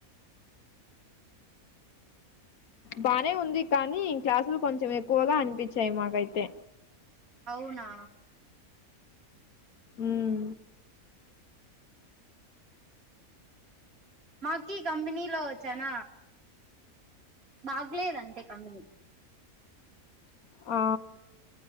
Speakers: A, on the left; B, on the right.
A: బానే ఉంది కానీ క్లాసులు కొంచెం ఎక్కువగా అనిపిచాయి మాకైతే
B: అవునా
A: ఉం
B: మాకీ కంపెనీలో చాన బాగ్ లేదంటే కంపెనీ
A: ఆ